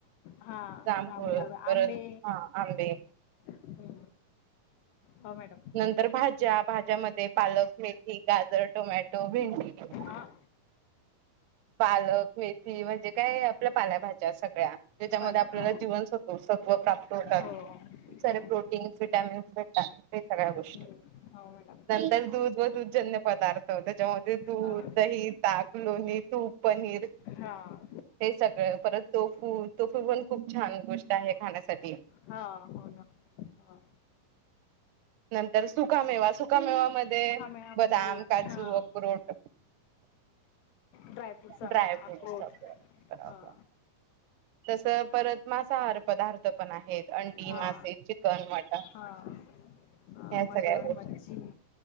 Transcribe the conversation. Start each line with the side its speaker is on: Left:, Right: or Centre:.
Left: हां
Right: जांभोळ,
Left: जांभूळ आंबे
Right: परत हा आंबे,
Left: हम्म. हो मॅडम
Right: नंतर भाज्या भाज्यामध्ये पालक, मेथी, गाजर, टोमॅटो, भेंडी,
Left: हां
Right: <inaudible> पालक, मेथी, म्हणजे काय आपल्या पाल्याभज्या सगळ्या ज्याच्यामध्ये
Left: पाल
Right: आपल्याला
Left: हो
Right: जीव सत्व सत्व प्राप्त होतात.
Left: हो हो
Right: सारे प्रोटीन्स विटॅमिन्स भेटतात. हे सगळ्या गोष्टी
Left: हम्म. हो मॅडम
Right: नंतर दूध, व दूधजन्य पदार्थ, त्याच्यामध्ये दूध,
Left: हां
Right: दही, ताक, लोणी, पनिर
Left: हां
Right: हे स परत, तोफू, तोफू पण खूप छान, गोष्ट आहे खाण्यासाठी.
Left: हा हो ना ह.
Right: <inaudible> नंतर सुकामेवा, सुकामेवा मध्ये
Left: हा मॅ हा म्हणजे
Right: बदाम, काजू,
Left: हां
Right: अख्रोट,
Left: ड्रायफ्रूट्स अक्रोट
Right: ड्रायफ्रूट सगळ बरा
Left: हां
Right: <unintelligible> बर तस परत मासाहार पदार पण आहेत अंडी,
Left: हां
Right: मासे, चिकन, मटण,
Left: हां मटण
Right: हया सगाळ्या
Left: मच्छी